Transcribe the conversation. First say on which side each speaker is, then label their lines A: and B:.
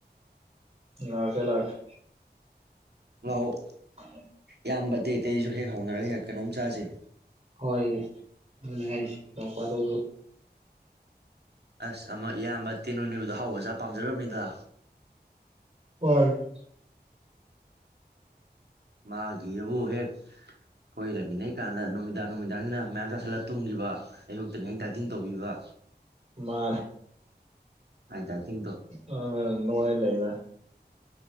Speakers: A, on the right; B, on the right.
A: ꯂꯥꯛꯀꯦ ꯂꯥꯛꯀꯦ
B: ꯂꯥꯛꯑꯣ
A: <unintelligible>
B: ꯏꯌꯥꯝꯕ ꯑꯇꯩ ꯑꯇꯩꯁꯨ ꯍꯦꯛ ꯍꯧꯅꯔꯒ ꯍꯦꯛ ꯀꯩꯅꯣꯝ ꯆꯥꯁꯦ
A: ꯍꯣꯏ ꯑꯗꯨꯅꯤ ꯍꯥꯏꯁꯤ ꯅꯣꯡꯐꯥꯗꯣꯛꯁꯨ
B: ꯑꯁ ꯑꯃ ꯏꯌꯥꯝꯕ ꯇꯦꯅꯣꯏ ꯅꯣꯏꯕꯗꯣ ꯑꯍꯥꯎꯕ ꯆꯥꯕ ꯄꯥꯝꯖ ꯈꯔꯕꯅꯤꯗ
A: ꯃꯥꯅꯤ <unintelligible>
B: ꯃꯥꯒꯤꯑꯕꯨ ꯍꯦꯛ ꯑꯩꯈ‌ꯣꯏ ꯂꯩꯃꯤꯟꯅꯩ ꯀꯥꯟꯗ ꯅꯨꯃꯤꯗꯥꯡ ꯅꯨꯃꯤꯗꯥꯡ <unintelligible> ꯅꯨꯃꯤꯗꯥꯡꯁꯤꯅꯥ ꯃꯌꯥꯝ ꯆꯥꯁꯤꯜꯂꯒ ꯇꯨꯡꯈꯤꯕ ꯑꯌꯨꯛꯇꯅ ꯍꯦꯛ ꯗꯥꯥꯏꯇꯤꯡ ꯇꯧꯕꯤꯕ
A: ꯃꯥ
B: ꯃꯥꯏ ꯗꯥꯏꯇꯤꯡꯗꯣ
A: ꯑꯗꯨꯅꯥꯅꯤ ꯅꯣꯏꯔꯒ ꯂꯩꯔꯥ